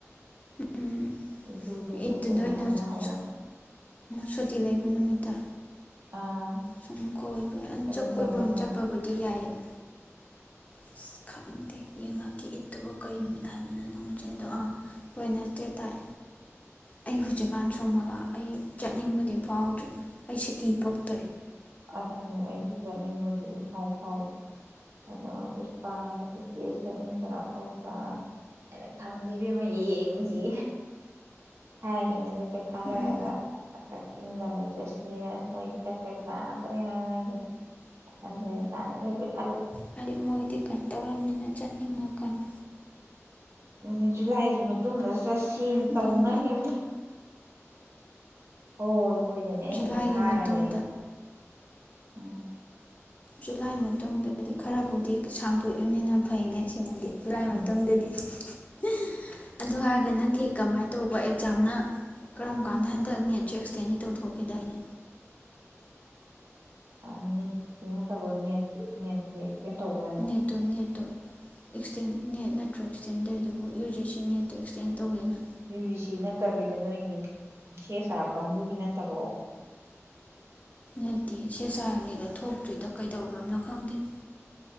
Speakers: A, on the left; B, on the right.
A: ꯎꯝ
B: ꯖꯨꯗ ꯆꯠꯁꯦꯅ
A: ꯏꯠꯇꯨꯗ ꯑꯣꯏꯅ
B: ꯍꯥꯏꯅꯍꯧꯕ
A: ꯁꯨ ꯁꯨ ꯁꯨꯨꯇꯤ ꯂꯩꯕ ꯅꯨꯃꯤꯠꯇ
B: ꯑꯥ
A: ꯁꯨꯝ ꯀꯣꯏꯕ ꯑꯟ
B: ꯆꯠꯅꯤꯡꯗꯕ꯭ꯔꯥ
A: ꯆꯠ ꯀꯣꯏꯕ ꯑꯣꯏꯅ
B: ꯅꯪ
A: ꯆꯠꯄꯕꯨꯗꯤ ꯌꯥꯏꯌꯦ ꯑꯁ ꯈꯪꯗꯦ ꯌꯦꯡꯉꯛꯀ ꯏꯠꯇꯨꯕ ꯀꯩ ꯅꯨꯃꯤꯠ ꯍꯥꯏꯕꯅꯣꯗꯣ <unintelligible> ꯑ ꯋꯦꯅꯁꯗꯦ ꯇꯥꯏ ꯑꯩ ꯍꯧꯖꯤꯛꯀꯥꯟ ꯁꯣꯃꯣꯂꯥ ꯑꯩ ꯆꯠꯅꯤꯡꯕꯗꯤ ꯐꯥꯎꯗ꯭ꯔꯦ ꯑꯩ ꯁꯤꯀꯤ ꯄꯛꯇ꯭ꯔꯦ
B: ꯑꯗꯨꯅꯤ ꯑꯩꯁꯨ ꯆꯠꯅꯤꯡꯕꯗꯤ ꯏꯐꯥꯎ ꯐꯥꯎꯗꯦ ꯑꯗ ꯄꯨꯁꯄꯥꯅ ꯏꯆꯦ ꯆꯠꯅꯤꯡꯗ꯭ꯔꯥ ꯈꯣꯠꯇ꯭ꯔꯥ ꯑꯩꯅ ꯈꯪꯗꯦ ꯑꯕꯦꯝꯃ ꯌꯦꯡꯖꯤ ꯍꯥꯏꯒꯤꯝꯅꯦ ꯄꯩꯁꯥ ꯂꯩꯔꯒ
A: ꯎꯝ
B: ꯍꯥꯏꯐꯦꯠ ꯆꯤꯡꯗ ꯑꯃꯨꯛ ꯆꯠꯁꯤꯔ ꯃꯣꯏ ꯆꯠꯄꯩ ꯄ꯭ꯂꯥꯟ ꯗꯩꯅꯤ ꯉꯥꯡꯅꯩꯖꯦ ꯂꯩ ꯀꯥꯟ ꯅꯣꯏꯕ <unintelligible>
A: ꯍꯥꯏꯗꯤ ꯃꯣꯏꯗꯤ ꯀꯩꯅ ꯇꯧꯔꯕꯝꯅꯤꯅ ꯆꯠꯅꯤꯡꯉꯛꯀꯅꯤ
B: ꯗꯨꯅꯦ ꯖꯨꯂꯥꯏꯒꯤ ꯃꯇꯨꯡꯗ ꯆꯠꯁꯦ ꯇꯧꯅꯈꯤꯝꯅꯤ
A: ꯅꯪ
B: ꯍꯣꯏ ꯍꯣꯏꯗꯅꯤ ꯑꯩ
A: ꯖꯨꯂꯥꯏꯒꯤ
B: ꯍꯧꯖꯤꯛ ꯍꯥꯏꯔꯒ
A: ꯃꯇꯨꯡꯗ
B: ꯂꯩ ꯎꯝ
A: ꯖꯨꯂꯥꯏ ꯃꯇꯨꯡꯗꯗꯤ ꯈꯔꯕꯨꯗꯤ ꯁꯥꯡꯗꯣꯛꯏꯕꯅꯤꯅ ꯐꯩꯅꯦ ꯁꯤꯃꯗꯤ ꯖꯨꯂꯥꯏ
B: ꯎꯝ
A: ꯃꯇꯨꯡꯗꯗꯤ ꯍ ꯑꯗꯨ ꯍꯥꯏꯔꯒ ꯅꯪꯒꯤ ꯀꯃꯥꯏ ꯇꯧꯕ ꯑꯦꯛꯖꯥꯝꯅ ꯀꯔꯝ ꯀꯥꯟꯗ ꯍꯟꯗꯛ ꯅꯦꯠꯁꯨ ꯑꯦꯛꯁꯇꯦꯟꯗꯤ ꯇꯧꯊꯣꯛꯈꯤꯗꯥꯏꯅꯦ
B: ꯑ ꯅꯤꯠ ꯀꯤ ꯅꯠꯇꯕ꯭ꯔꯣ ꯅꯦꯠ ꯅꯦꯠꯀꯤ ꯑꯦꯛꯁꯇꯦꯟ ꯇꯧꯕ꯭ꯔꯥꯅꯦ
A: ꯅꯇꯣ ꯅꯠꯇꯣ ꯎ ꯅꯦꯠ ꯅꯠꯇ꯭ꯔꯒꯇꯦꯟꯗꯩꯗꯨꯕꯨ ꯌꯨ ꯖꯤꯦ ꯁꯤ ꯅꯦꯠꯇꯣ ꯑꯦꯛꯁꯇꯦꯟ ꯇꯧꯒꯦꯅ
B: ꯃꯌꯨꯖꯤꯛꯁꯤ ꯅꯠꯇꯕꯤꯗ ꯅꯣꯏꯒꯤ ꯁꯦ ꯑ ꯁꯥꯥꯔ ꯀꯥꯡꯕꯨꯒꯤ ꯅꯠꯇꯕꯣ
A: ꯅꯠꯇꯦ ꯁꯦ ꯆꯥꯔꯒꯒ ꯊꯣꯛꯇ꯭ꯔꯤꯗ ꯀꯩꯗꯧꯕ꯭ꯔꯝꯅꯣ ꯈꯪꯗꯦ